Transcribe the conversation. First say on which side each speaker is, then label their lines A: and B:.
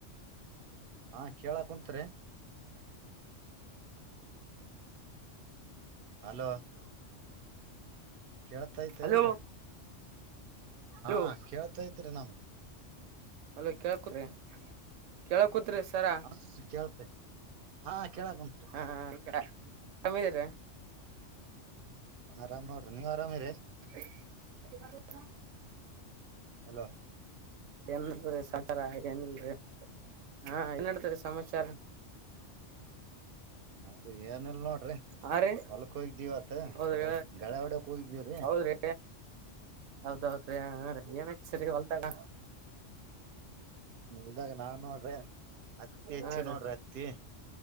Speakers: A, on the right; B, on the right.
A: ಹಾ ಕೇಳಾಕ್ ಕುಂಂತರಿ ಹಲೋ ಕೇಳ್ತೈತೆ
B: ಹಲೋ
A: ಎಲ್ರ
B: ಹಲೋ
A: ಹಾ ಕೇಳ್ತಾೈತ್ರಿ ನಮಗೆ
B: ಅದ ಕೇಳ್ಕು್ರೀ ಕೇಳ ಕುೂತ್ರಿಿ ಸರ
A: ಹಾ ಕೇಳ್ತೇ ಹಾ ಕೇಳಕ್ ಕುಂತ್ರಿ
B: ಹಾ ಈಗ ಕಮ್ಮಿದೀರ
A: ಆರಾಮ್ ನೋಡ್ರಿ ನೀವ್ ಆರಾಮಿರಿ
B: <inaudible>
A: ಹಲೋ
B: ಏನ್್ರೀ ಸಾತರ ಹಾಗ ಏನ್ಲ್ರಿ ಹಾ ಏನ್ಡ್ತರಿೀ ಸಮಾಚಾರ
A: ನಾೀ ಏನಲ್ ನೋಡ್ರಿ
B: ಹಾ ರೀ
A: ಪಲ್ಕ್ ಹೋಗ್ದಿವವತ್
B: ಹೌದ್ರಿ
A: ಮತ್ತ ಗಳ ಒಡಕ್ ಹೋಗಿದ್ದೇವ್ರೀ
B: ಹೌದ್ರಿ ಹೌದೌದ್ರಿ ಹ ರೀ ಏನಸರಿ ಹೊಲ್ತಗ
A: ಎಲ್ದಾಗ ನಾನ್ ನೋಡ್ರಿ ಅತ್ತಿ ಹೆಚ್ಚಿ
B: ಹಾ
A: ನೋಡ್ರಿ
B: ರೀ
A: ಅತ್ತಿ